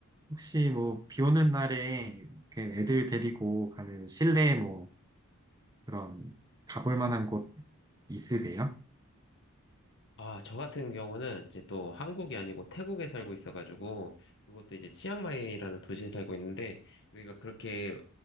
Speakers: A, on the right; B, on the left.
A: 혹시 뭐, 비 오는 날에 이렇게 애들 데리고 가는 실내 뭐, 그런, 가볼 만한 곳 있으세요?
B: 아, 저 같은 경우는 이제 또 한국이 아니고 태국에 살고 있어가지고, 그것도 이제 치앙마이라는 도시에 살고 있는데, 여기가 그렇게,